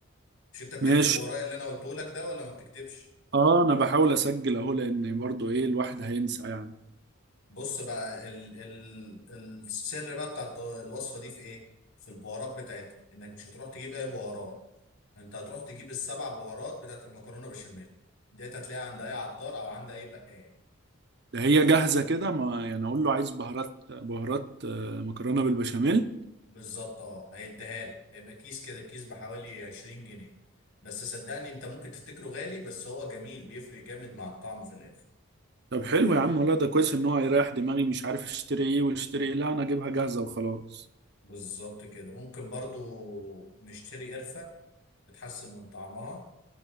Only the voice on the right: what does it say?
ماشي
اه انا بحاول اسجل اهو لان برضو ايه الواحد هينسى يعني
ده هي جاهزة كده ما يعني اقول له عايز بهارات بهارات آه، مكرونة بالبشاميل
طب حلو يا عم والله ده كويس ان هو هيريح دماغي مش عارف اشتري ايه واشتري ايه لا انا اجيبها جاهزة وخلاص